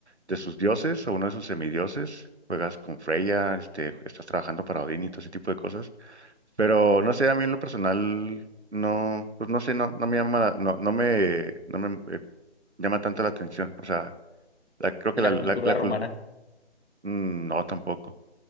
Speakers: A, on the right; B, on the left.
A: de sus dioses o uno de sus semidioses. Juegas con Freya, este, estás trabajando para Odín y todo ese tipo de cosas. Pero no sé, a mí en lo personal, no, pues no sé, no, no me llama, la- no, no me, no me eh, llama tanto la atención. O sea, la- creo que
B: ¿Y
A: la,
B: la
A: la,
B: cultura
A: la
B: romana?
A: cult- mm, no, tampoco,